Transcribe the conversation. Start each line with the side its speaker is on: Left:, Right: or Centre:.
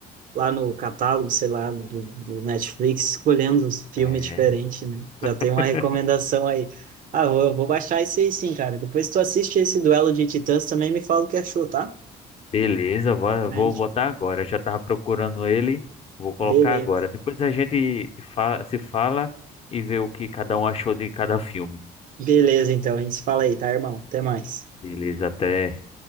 Right: lá no catálogo, sei lá, do, do Netflix, escolhendo os filmes
Left: É.
Right: diferentes, né? Já
Left: <laughs>
Right: tem uma recomendação aí. Ah, eu vou baixar esse aí sim, cara. Depois tu assiste esse duelo de titãs também me fala o que achou, tá?
Left: Beleza, vou,
Right: A
Left: vou
Right: gente...
Left: botar agora. Já tava procurando ele, vou colocar
Right: Beleza.
Left: agora. Depois a gente fa- se fala e vê o que cada um achou de cada filme.
Right: Beleza, então. A gente se fala aí, tá, irmão? Até mais.
Left: Beleza, até.